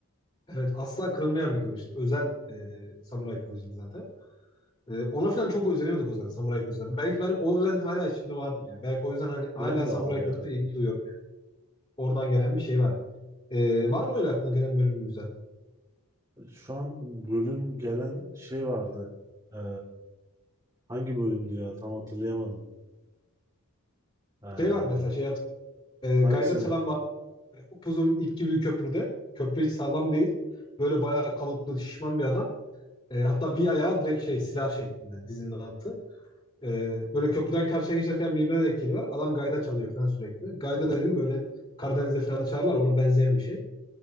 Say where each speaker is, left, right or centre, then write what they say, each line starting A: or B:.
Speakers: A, on the left; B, on the right.
A: Evet asla kırılmayan bir kılıçtı. Özel e, samuray kılıcıydı zaten. E, ona falan çok özeniyorduk o zaman samuray kılıcına. Belki ben o özen hala içimde vardır yani. Belki o yüzden hani
B: Benim
A: hala
B: de
A: samuray
B: var ya.
A: kılıcına ilgi duyuyorum. Oradan gelen bir şey var. E, var mı öyle aklına gelen bölüm güzel?
B: Şu an bölüm gelen şey vardı. Ee, hangi bölümdü ya tam hatırlayamadım. Ee,
A: Şey var mesela şey hatırlıyorum.
B: hangisini?
A: E, Gayda Çalan Upuzun ip gibi bir köprüde. Köprü hiç sağlam değil. Böyle bayağı kalıplı, şişman bir adam. E, hatta bir ayağı direkt şey silah şeklinde dizinin altı. E, böyle köprüden karşıya geçerken birbirine denk geliyorlar. Adam gayda çalıyor falan sürekli. Gayda dediğim böyle Karadeniz'de falan da çalarlar. Ona benzeyen bir şey.